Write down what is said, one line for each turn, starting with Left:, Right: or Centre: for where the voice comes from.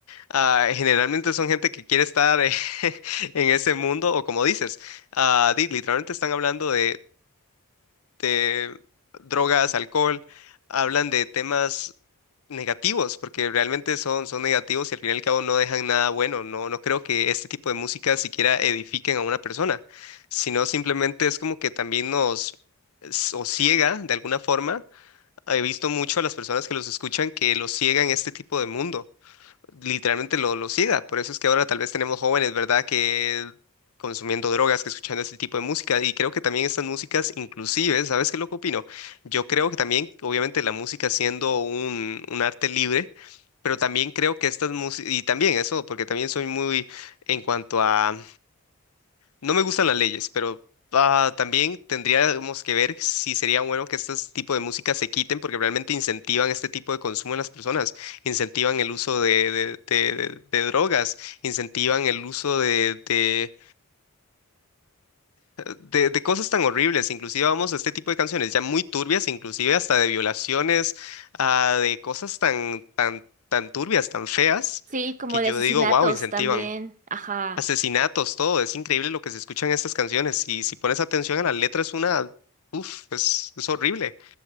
Left: ah, generalmente son gente que quiere estar eh, <laughs> en ese mundo, o como dices, ah, di- literalmente están hablando de de drogas, alcohol, hablan de temas negativos, porque realmente son, son negativos y al fin y al cabo no dejan nada bueno. No, no creo que este tipo de música siquiera edifiquen a una persona, sino simplemente es como que también nos s- o ciega de alguna forma. He visto mucho a las personas que los escuchan que los ciega en este tipo de mundo literalmente lo, lo siga. Por eso es que ahora tal vez tenemos jóvenes, ¿verdad? Que consumiendo drogas, que escuchando ese tipo de música. Y creo que también estas músicas, inclusive, ¿sabes qué es lo que opino? Yo creo que también, obviamente, la música siendo un, un arte libre, pero también creo que estas músicas, y también eso, porque también soy muy en cuanto a no me gustan las leyes, pero ah, también tendríamos que ver si sería bueno que este tipo de música se quiten porque realmente incentivan este tipo de consumo en las personas, incentivan el uso de, de- de- de- de drogas, incentivan el uso de, de, de- de cosas tan horribles. Inclusive vamos a este tipo de canciones ya muy turbias, inclusive hasta de violaciones, ah, de cosas tan, tan, tan turbias, tan feas,
Right: Sí, como
Left: que
Right: de
Left: yo
Right: asesinatos
Left: digo, wow, incentivan
Right: también. Ajá.
Left: asesinatos, todo. Es increíble lo que se escucha en estas canciones. Y si pones atención a la letra, es una, uf, es, es horrible.